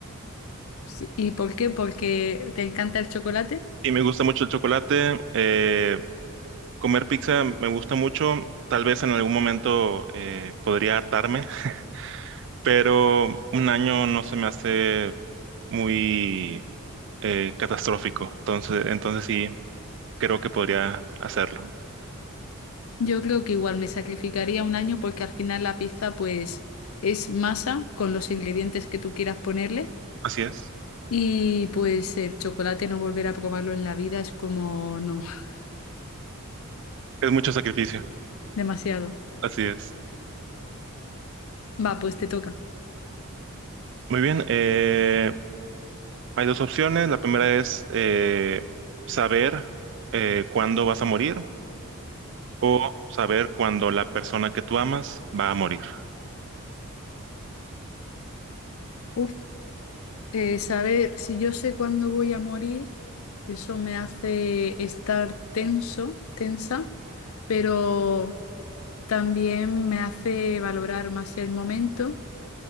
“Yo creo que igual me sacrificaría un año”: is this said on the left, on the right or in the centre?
Left